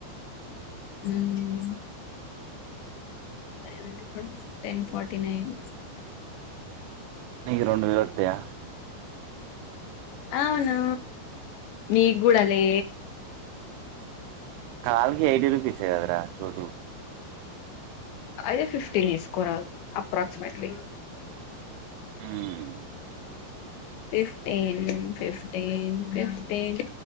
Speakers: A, on the left; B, on the right.
A: హ్మ్ వ టెన్ ఫర్టీ నైన్
B: మీకు రెండు వేలు వస్తాయా
A: అవును నీకు కూడా లే
B: కల్కి ఎయిటి రుపీస్ ఏ కథ రా చోటు
A: అయితే ఫిఫ్టీన్ స్కో అప్రాక్సిమేట్లీ
B: మ్మ్
A: ఫిఫటీన్ ఫిఫటీన్ ఫిఫటీన్